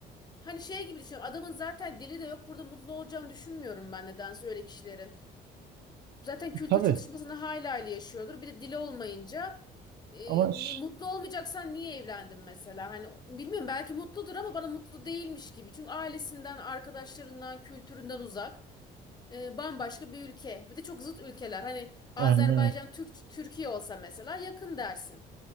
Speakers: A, on the left (about 25°); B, on the right (about 70°).
A: hani şey gibi düşünüyorum. Adamın zaten dili de yok. Burada mutlu olacağını düşünmüyorum ben nedense öyle kişilerin. zaten kültür
B: Tabii.
A: çatışmasını hayli hayli yaşıyordur. Bir de dili olmayınca e,
B: Ama ş-
A: ne- mutlu olmayacaksan niye evlendin mesela? Hani bilmiyorum belki mutludur ama bana mutlu değilmiş gibi. Çünkü ailesinden, arkadaşlarından, kültüründen uzak. e, bambaşka bir ülke. Bir de çok zıt ülkeler. Hani Azerbaycan
B: yani, evet.
A: Türk Türkiye olsa mesela yakın dersin.